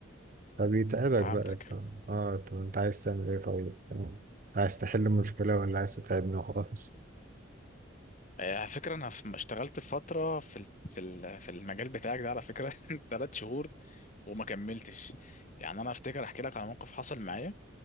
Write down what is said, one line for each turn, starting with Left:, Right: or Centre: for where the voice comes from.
Right: فبيتعبك
Left: فهمتك
Right: بقى انت اه طب انت عايز تعمل ايه طيب فاهم؟ عايز تحل المشكلة ولا عايز تتعبني وخلاص
Left: آه، على فكره انا في- اشتغلت فتره في ال- في ال- في المجال بتاعك ده على فكره <laughs> ثلاث شهور وما كملتش يعني انا افتكر احكي لك على موقف حصل معايا